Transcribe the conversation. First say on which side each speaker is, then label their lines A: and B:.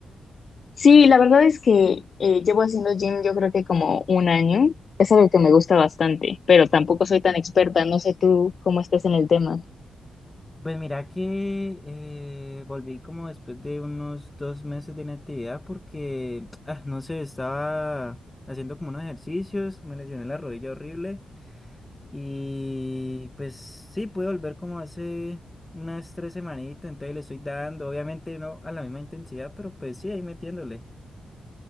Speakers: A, on the left (about 55°); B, on the left (about 15°).
A: Sí, la verdad es que eh, llevo haciendo gym yo creo que como un año. Es algo que me gusta bastante, pero tampoco soy tan experta. No sé tú cómo estés en el tema.
B: Pues mira que eh, volví como después de unos dos meses de inactividad porque, <tsk> ah, no sé, estaba haciendo como unos ejercicios, me lesioné la rodilla horrible. Y pues sí, pude volver como hace unas tres semanitas, entonces le estoy dando, obviamente no a la misma intensidad, pero pues sí, ahí metiéndole.